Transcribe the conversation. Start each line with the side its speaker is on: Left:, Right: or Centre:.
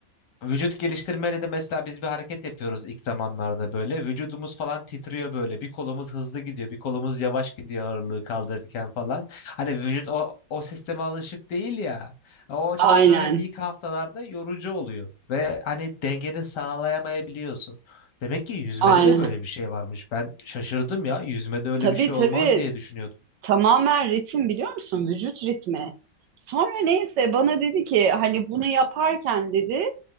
Left: Vücut geliştirmede de mesela biz bir hareket yapıyoruz ilk zamanlarda böyle. Vücudumuz falan titriyor böyle. Bir kolumuz hızlı gidiyor, bir kolumuz yavaş gidiyor ağırlığı kaldırırken falan. Hani vücut o, o sisteme alışık değil ya. O açıdan
Right: aynen.
Left: böyle ilk haftalarda yorucu oluyor. Ve hani dengeni sağlayamayabiliyorsun. Demek ki yüzmede
Right: Aynen.
Left: de böyle bir şey varmış. Ben şaşırdım ya. Yüzmede öyle
Right: Tabii
Left: bir şey
Right: tabii
Left: olmaz diye düşünüyordum.
Right: tamamen ritim biliyor musun? Vücut ritmi. Sonra neyse bana dedi ki hani bunu yaparken dedi